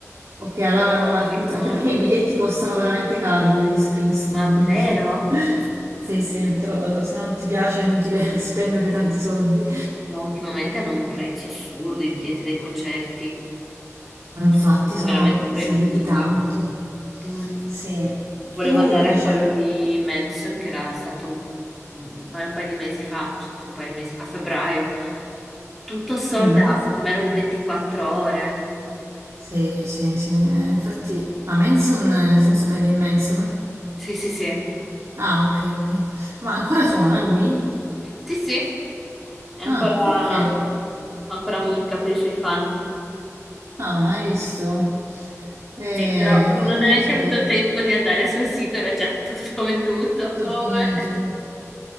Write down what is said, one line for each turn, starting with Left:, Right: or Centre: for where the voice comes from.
Right: ok, allora
Centre: è stato
Right: non ha alcun...
Centre: di famoso.
Right: anche perché i biglietti costano veramente cari, quelli di Springsteen,
Centre: Ma
Right: quindi...
Centre: vero?
Right: <laughs> Sì, sì, te lo- allora, se non ti piace è inutile <laughs> spendere tanti soldi.
Centre: Ma ultimamente hanno un prezzo assurdo i biglietti dei concerti,
Right: Ma Infatti
Centre: cioè, sono
Right: sono
Centre: veramente proibitivi.
Right: saliti tanto.
Centre: Mm.
Right: Sì,
Centre: Volevo
Right: tu
Centre: andare
Right: di recente...
Centre: a quello di Manson, che era stato un, un paio, un paio di mesi fa, cioè, sì, un paio di mesi, a febbraio. Tutto soldato
Right: Mhm.
Centre: in meno di 24 ore.
Right: Sì, sì, sì. eh, infatti, ma Manson, eh, nel senso Marilyn Manson?
Centre: Sì, sì, sì.
Right: Ah, ok, ok. Ma ancora suona lui?
Centre: Sì, sì, è ancora,
Right: Ah, ok.
Centre: fa ancora musica per i suoi fan.
Right: Ah, hai visto? Eh,
Centre: Sì, però
Right: non
Centre: non
Right: lo,
Centre: hai
Right: non
Centre: neanche
Right: lo sapevo.
Centre: avuto tempo di andare sul sito, era già <laughs> tutto venduto.
Right: Tutto
Centre: Oh,
Right: finito.
Centre: beh,